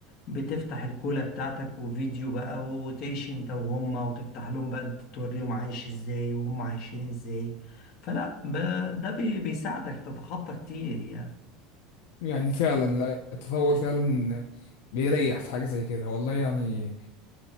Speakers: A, on the left (about 45°); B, on the left (about 70°).
A: بتفتح الكولة بتاعتك وفيديو بقى وتعيش انت وهما وتفتح لهم بقى انت توريهم عايش ازاي وهم عايشين ازاي فلا ب... ده بي... بيساعدك تتخطى كتير يعني
B: يعني فعلا لا التطور فعلا بيريح في حاجة زي كده والله يعني